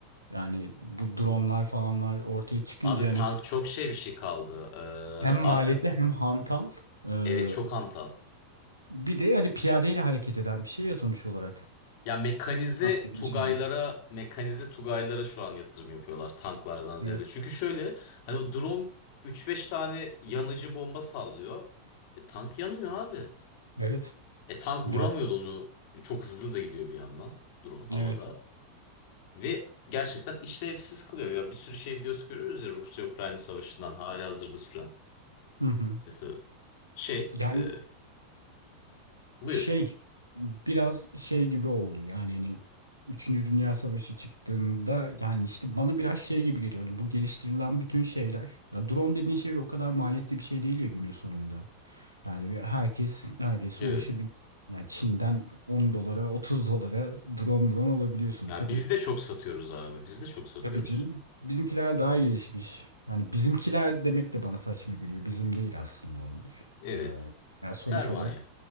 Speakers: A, on the right; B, on the left.
A: Yani bu dronlar falanlar ortaya çıkınca
B: abi tank
A: hani
B: çok şey bir şey kaldı.
A: hem
B: Ee,
A: maliyetli
B: artık
A: hem hantal ee,
B: evet çok hantal.
A: bir de hani piyadeyle hareket eden bir şey ya sonuç olarak.
B: Ya mekanize
A: Bir
B: Tugaylara,
A: şey.
B: mekanize Tugaylara şu an yatırım yapıyorlar tanklardan ziyade.
A: Evet.
B: Çünkü şöyle hani o drone 3-5 tane yanıcı bomba sallıyor. E, tank yanıyor abi.
A: Evet.
B: E, tank
A: Ya,
B: vuramıyordu onu. Çok hızlı da gidiyor bir yandan drone havada.
A: evet.
B: Ve gerçekten işlevsiz kılıyor. Ya bir sürü şey videosu görüyoruz ya Rusya-Ukrayna savaşından hali hazırda süren.
A: Hı hı.
B: Mesela şey,
A: Yani
B: e, buyur.
A: şey biraz şey gibi oldu yani hani Üçüncü Dünya Savaşı çıktığında yani işte bana biraz şey gibi geliyor. Hani bu geliştirilen bütün şeyler ya drone dediğin şey o kadar maliyetli bir şey değil ya günün sonunda. Yani ve herkes neredeyse
B: Evet.
A: ulaşabilir. Yani Çin'den 10 dolara 30 dolara drone drone alabiliyorsun.
B: Yani
A: Tabii
B: biz de çok satıyoruz abi. Biz de çok satıyoruz.
A: tabii canım. Bizimkiler daha gelişmiş. Yani bizimkiler demek de bana saçma geliyor. Bizim değil aslında onlar.
B: Evet.
A: Ee, yani
B: Sermaye.
A: sonuç olarak